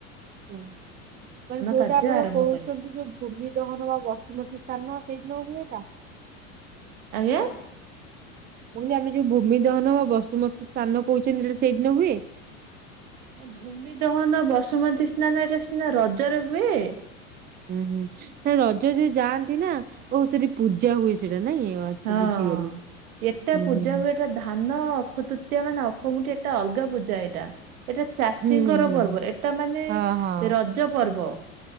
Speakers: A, on the right; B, on the right.
A: ହୁଁ ମାନେ ଯୋଉଟା
B: କାର୍ଯ୍ୟ
A: ଆମର
B: ଆରମ୍ଭ
A: କହୁଛନ୍ତି
B: କରିବେ।
A: ଯୋଉ ଭୂମି ଦହନ ବା ବସୁମତୀ ସ୍ଥାନ ସେଦିନ ହୁଏ ଏଟା
B: ଆଜ୍ଞା
A: ମୁଁ କହିଲି ଆମେ ଯୋଉ ଭୂମି ଦହନ ବା ବସୁମତୀ ସ୍ଥାନ କହୁଛନ୍ତି ଏଇଟା ସେଇଦିନ ହୁଏ?
B: ଭୂମି ଦହନ ବସୁମତୀ ସ୍ନାନ ଏଟା ସିନା ରଜରେ ହୁଏ
A: ହୁଁ ହୁଁ ତା ରଜ ଯୋଉ ଯାଆନ୍ତି ନା ଓ ସେଠି ପୂଜା ହୁଏ ସେଇଟା ନାଇଁ ଆଚ୍ଛା
B: ହଁ
A: ବୁଝିଗଲି।
B: ଏଟା
A: ହୁଁ
B: ପୂଜା
A: ହୁଁ ହୁଁ।
B: ହୁଏ ଏଟା ଧ ନା ଅଖ ତୃତୀୟା ମାନେ ଅଖ ମୁଠି ଏଟା ଅଲଗା ପୂଜା ଏଇଟା ଏଟା ଚାଷୀଙ୍କର
A: ହୁଁ ହୁଁ ହୁଁ
B: ପର୍ବ, ଏଟା ମାନେ
A: ହଁ ହଁ
B: ରଜ ପର୍ବ।